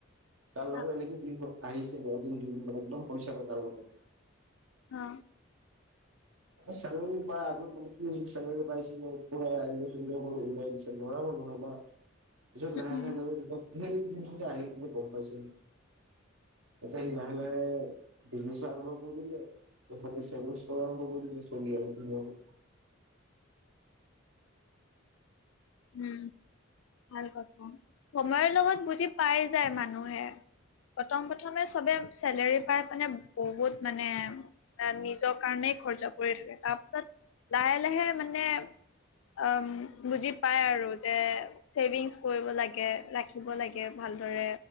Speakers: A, on the right (about 85°); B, on the left (about 75°).
A: তাৰ লগত
B: অ',
A: এনেকে দিন আহিছে এদিন-দুদিন মানে একদম পইচা তাৰ লগত
B: অ।
A: চেলেৰী পাই আগত মানে কি হৈছিল চেলেৰী পাইছিল পোৰা ইনজয় চিনজয় কৰি উৰাই দিছিল লৰা মানুহে হয় ন। পিছত লাহে
B: উম,
A: লাহে লাগে যেতিয়া সেই দিনটোত আহিলে গম পাইছে সি এতিয়া সি লাহে লাহে বিজনেচ আৰম্ভ কৰি দিলে। এফালে চেভিংছৰ কৰা আৰম্ভ কৰি দিলে, চলি আছে ধুনীয়াকে
B: উম ভাল কথা সময়ৰ লগত বুজি পাই যায় মানুহে। প্ৰথম প্ৰথমে চবে চেলেৰী পাই মানে বহুত মানে আহ নিজৰ কাৰণেই খৰচা কৰি থাকে তাৰপিছত লাহে লাহে মানে অহ বুজি পাই পাই আৰু যে ছেভিংচ কৰিব লাগে ৰাখিব লাগে ভালদৰে